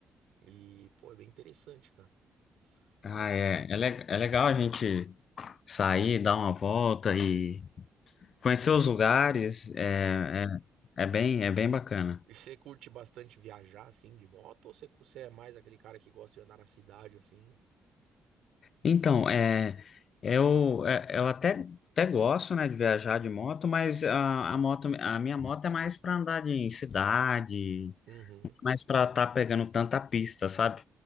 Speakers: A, on the right; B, on the left.
A: e, pô, é bem interessante, cara,
B: Ah,
A: né?
B: é, é, le- é legal a gente sair, dar uma volta e conhecer os lugares. É,
A: Sim, sim.
B: é, é bem, é bem bacana.
A: E você curte bastante viajar, assim, de moto, ou você, cu- você é mais aquele cara que gosta de andar na cidade, assim?
B: Então, é, eu, é, eu até, até gosto, né, de viajar de moto, mas a, a moto, a minha moto é mais para andar de- em cidade,
A: Uhum.
B: mais para estar pegando tanta pista, sabe?